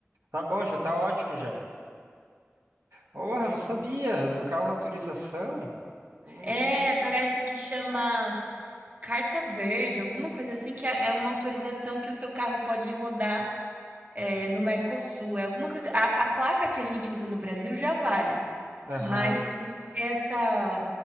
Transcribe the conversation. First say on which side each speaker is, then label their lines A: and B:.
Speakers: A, on the right; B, on the right.
A: tá bom, já tá ótimo já. Porra, não sabia. Carro autorização? Não-
B: É,
A: não-
B: parece que chama carta verde, alguma coisa assim, que é é uma autorização que o seu carro pode rodar, eh, no Mercosul, é alguma coisa a a placa que a gente usa no Brasil já vale,
A: Aham.
B: mas tem que ter essa